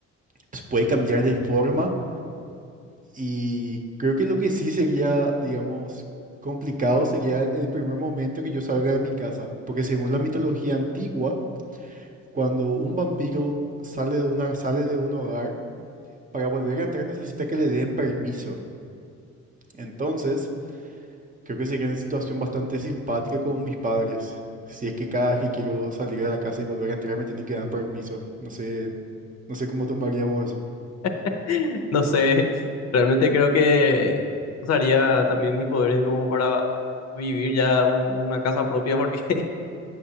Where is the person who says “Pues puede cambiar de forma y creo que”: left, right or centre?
Right